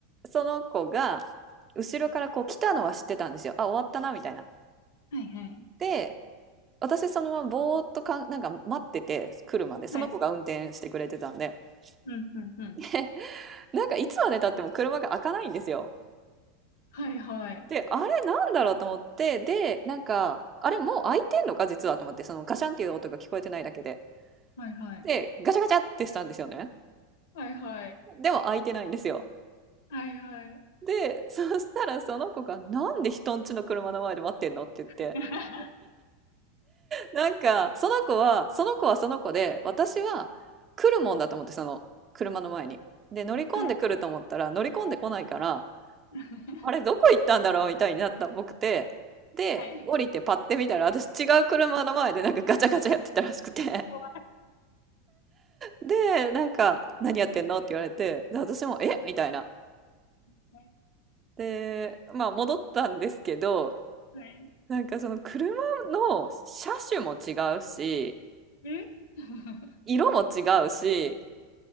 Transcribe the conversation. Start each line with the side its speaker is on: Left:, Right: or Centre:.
Right: その子が、後ろからこう来たのは知ってたんですよ。あ、終わったな、みたいな。
Left: はい、はい。
Right: で、私そのままぼーっとかん、なんか待ってて、車で、その子が運転してくれてたんで。
Left: はい。うん、うん、うん。
Right: <laughs> でなんかいつまで経っても車が開かないんですよ。
Left: はい、はい。
Right: で、あれなんだろうと思って、で、なんか、あれもう開いてんのか実はと思って、そのガシャンっていう音が聞こえてないだけで。
Left: はい、はい。
Right: で、ガチャガチャってしたんですよね。
Left: はいはい。
Right: でも開いてないんですよ。
Left: はいはい。
Right: で、そしたらその子が、なんで人んちの車の前で待ってんのって言って。
Left: <laughs>
Right: なんか、その子は、その子はその子で、私は来るもんだと思って、その車の前に。で、乗り込んでくると思ったら、
Left: はい。
Right: 乗り込んでこないから、
Left: <laughs>
Right: あれ、どこ行ったんだろうみたいになったっぽくて、で、
Left: はい。
Right: 降りてパッて見たら、私違う車の前でなんかガチャガチャやってたらしくて、
Left: 怖
Right: で、なんか、何やってんのって言われて、で、私も、えみたいな。
Left: い。
Right: で、まあ戻ったんですけど、
Left: はい。
Right: なんかその車の車種も違うし、
Left: え <laughs>
Right: 色も違うし、